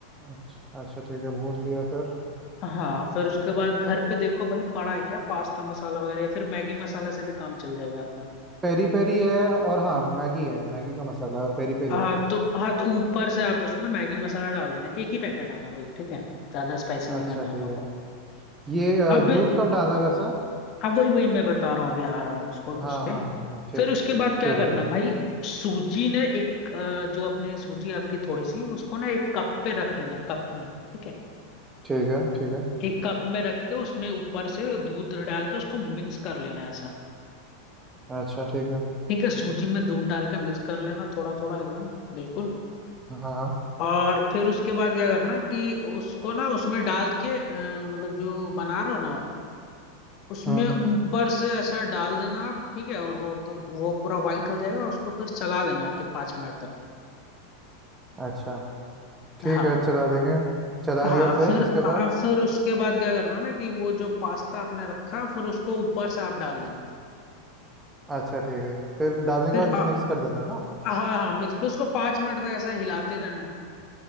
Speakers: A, on the right; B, on the left.
A: अच्छा अच्छा ठीक है भून लिया फिर
B: हाँ फिर उसके बाद घर पे देखो भाई पड़ा है क्या पास्ता मसाला वगैरह या फिर मैगी मसाला से भी काम चल जाएगा अपना
A: पेरी पेरी है और हाँ मैगी है मैगी का मसाला है पेरी पेरी
B: हाँ
A: है
B: तो हाँ तो ऊपर से आप उसमें मैगी मसाला डाल देना एक ही पैकेट डालना भाई ठीक है ज्यादा स्पाइसी नहीं
A: अच्छा
B: करना
A: ठीक
B: हम लोग को
A: है ये अ,
B: अब
A: दूध कब डालना है वैसा
B: अब वही वही मैं बता रहा हूँ अभी आ रहा हूँ उसको
A: हाँ
B: उस पे
A: हाँ हाँ हाँ ठीक
B: फिर उसके बाद क्या
A: ठीक
B: करना
A: है ठीक है
B: भाई सूजी ने एक अ, जो अपनी सूजी आपकी थोड़ी सी उसको ना एक कप पे रख लेना कप में ठीक है
A: ठीक है ठीक है
B: एक कप में रख के उसमें ऊपर से दूध डाल के उसको मिक्स कर लेना ऐसा
A: अच्छा ठीक है
B: ठीक है सूजी में दूध डाल के मिक्स कर लेना थोड़ा थोड़ा एकदम बिल्कुल
A: हाँ हाँ
B: और फिर उसके बाद क्या करना कि उसको ना उसमें डाल के अ, मतलब जो बना रहे हो ना आप उसमें
A: हम्म
B: ऊपर से ऐसा डाल देना आप ठीक है और वो तो वो पूरा वाइट हो जाएगा और उसको फिर चला देना फिर पाँच मिनट तक
A: अच्छा ठीक
B: हाँ
A: है चला देंगे चला
B: हाँ
A: लिया फिर
B: फिर
A: उसके
B: आ,
A: बाद
B: फिर उसके बाद क्या करना ना कि वो जो पास्ता आपने रखा फिर उसको ऊपर से आप डाल देना
A: अच्छा ठीक है फिर डालने के
B: फिर
A: बाद
B: आ,
A: मिक्स कर देना है ना
B: हाँ हाँ मिक्स फिर उसको पाँच मिनट तक ऐसा हिलाते रहना